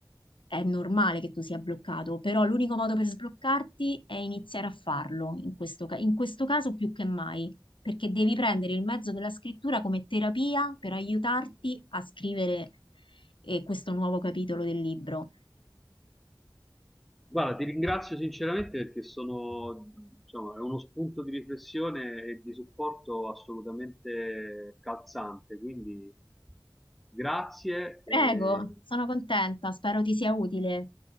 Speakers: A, on the left; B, in the centre.
A: è normale che tu sia bloccato, però l'unico modo per sbloccarti è iniziare a farlo, in questo, ca- in questo caso più che mai, perché devi prendere il mezzo della scrittura come terapia per aiutarti a scrivere eh, questo nuovo capitolo del libro.
B: Guarda, ti ringrazio sinceramente perché sono, diciamo, è uno spunto di riflessione e di supporto assolutamente calzante, quindi grazie e
A: Prego, sono contenta, spero ti sia utile.